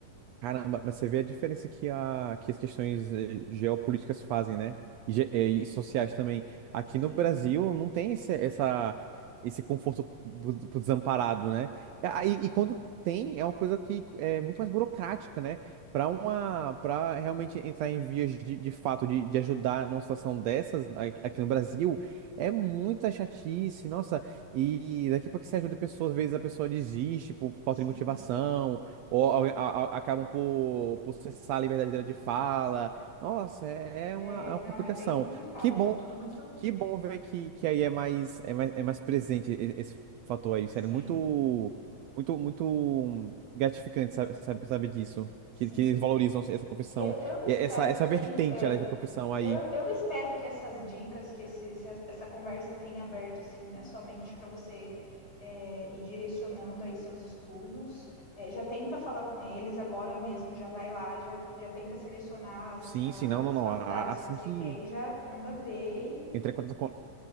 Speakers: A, on the right; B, on the left.
A: Caramba, mas você vê a diferença que, a, que as questões eh, geopolíticas fazem, né? E, ge- eh, e sociais também. Aqui
B: Sim,
A: no Brasil não tem esse, essa, esse conforto pro, pro desamparado, né? E, aí- e quando tem, é uma coisa que é muito mais burocrática, né? Para uma, para realmente entrar em vias de, de fato de, de ajudar numa situação dessas a- aqui no Brasil, é muita chatice, nossa. E daqui para que você ajude pessoas, às vezes a pessoa desiste por falta
B: sim.
A: de motivação ou alguém- a- a- acabam por, por cessar a liberdade dela de fala. Nossa, é, é
B: É,
A: uma, é uma complicação.
B: não, é bem complicado,
A: Que
B: é
A: bom,
B: mu tudo muito
A: que bom ver que, que aí é mais, é mais, é mais presente e- esse fator aí,
B: sim,
A: sério. Muito, muito, muito gratificante sabe, sabe, saber disso.
B: sim.
A: Que, que eles valorizam essa profissão,
B: Eu eu espero
A: e essa, essa
B: que
A: vertente,
B: é.
A: ela, essa profissão aí.
B: Eu, eu espero que essas dicas, que esses, essa conversa tenha aberto assim a sua mente para você é, ir direcionando aí seus estudos. É, já tenta falar com eles agora mesmo, já vai lá, já, já tenta selecionar as,
A: Sim,
B: as
A: sim, não, não, não.
B: faculdades
A: A- Assim
B: que você
A: que
B: quer e já manda ver
A: entrar em contato com,